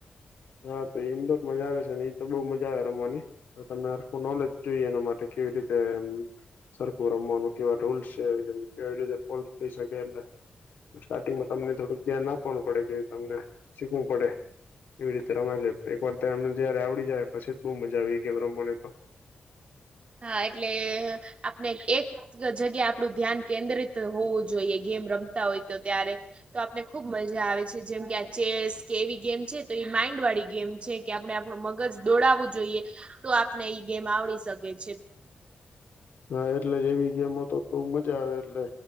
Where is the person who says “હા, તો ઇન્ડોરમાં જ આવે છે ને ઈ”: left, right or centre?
Left